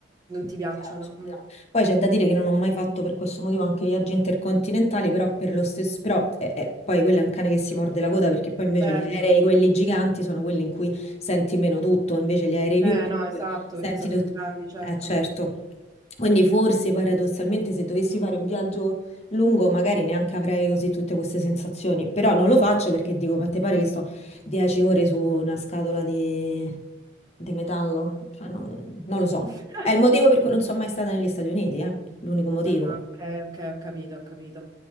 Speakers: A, on the right; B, on the left.
A: Non ti piacciono?
B: mi piacciono.
A: Mm.
B: no. Poi c'è da dire che non ho mai fatto per questo motivo anche viaggi intercontinentali, però per lo stesso, però eh, eh, poi quello è un cane che si morde la coda perché poi invece
A: Certo.
B: gli aerei, quelli giganti, sono quelli in cui senti meno tutto, invece gli aerei più
A: Eh,
B: piccoli
A: no, esatto,
B: senti
A: perché sono
B: tutto.
A: più grandi, certo.
B: Eh certo. Quindi forse paradossalmente se dovessi fare un viaggio lungo magari neanche avrei così tutte queste sensazioni, però non lo faccio perché dico, ma te pare che sto 10 ore su una scatola di, di metallo? Cioè, non, non lo so.
A: <laughs>
B: È il motivo per cui non sono mai stata negli Stati Uniti, eh? L'unico motivo.
A: Ah, ok, ok, ho capito, ho capito.